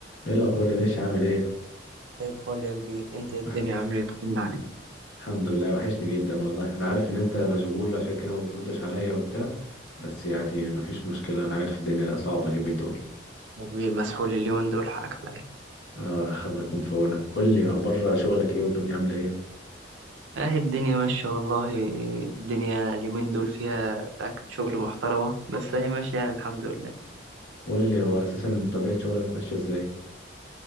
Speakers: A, on the left (about 70°); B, on the right (about 90°).
A: ايه الاخبار يا باشا عامل ايه
B: زي الفل يا كبير انت الدنيا
A: وح-
B: عامل ايه طمنا عليك
A: الحمد لله وحشني جدا والله انا عارف ان انت مشغول عشان كده ما بتردش عليا وبتاع بس يعني مفيش مشكلة انا عارف الدنيا صعبة اليومين دول
B: يا كبير مسحول اليومين دول حقك عليا
A: اه الله يكون في عونك قول لي اخبار شغلك ايه والدنيا عاملة ايه
B: اه الدنيا ماشية والله الدنيا اليومين دول فيها تاكد شغل محترمة بس اهي ماشية يعني الحمد لله
A: قول لي هو اساسا طبيعة شغلك ماشية ازاي